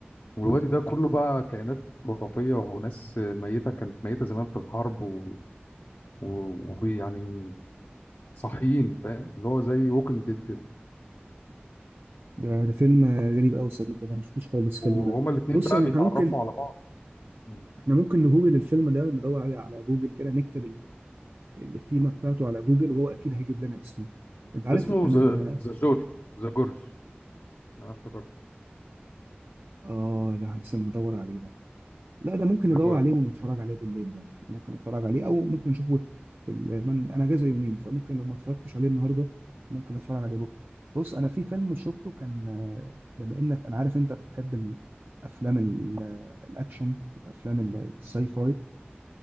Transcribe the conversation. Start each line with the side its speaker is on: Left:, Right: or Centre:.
Left: والوادي ده كله بقى كائنات خرافية وناس آه، ميتة كانت ميتة زمان في الحرب ويعني و... و- ويعني صاحيين فاهم اللي هو زي ووكينج ديد كده
Right: ده ده فيلم غريب قوي صديقي انا ما شفتوش خالص الفيلم
Left: وهما
Right: ده
Left: الاتنين
Right: بص
Left: بقى
Right: يعني
Left: بيتعرفوا
Right: احنا ممكن
Left: على بعض مم.
Right: احنا ممكن نجوجل الفيلم ده ندور عليه على جوجل كده نكتب ال- التيمه بتاعته على جوجل وهو اكيد هيجيب لنا اسمه انت عارف
Left: اسمه
Right: انا
Left: ذا ذا جورج ذا جورج انا افتكرت
Right: اه لا أنا استنى ادور عليه ده لا ده ممكن
Left: ذا
Right: ندور
Left: جورج
Right: عليه ونتفرج عليه بالليل ده ممكن اتفرج عليه او ممكن اشوفه في ال... من... انا اجازه يومين فممكن لو ما اتفرجتش عليه النهارده ممكن اتفرج عليه بكره بص انا في فيلم شفته كان آه، بما انك انا عارف انت بتحب الافلام ال- آه، الاكشن وافلام ال- الساي فاي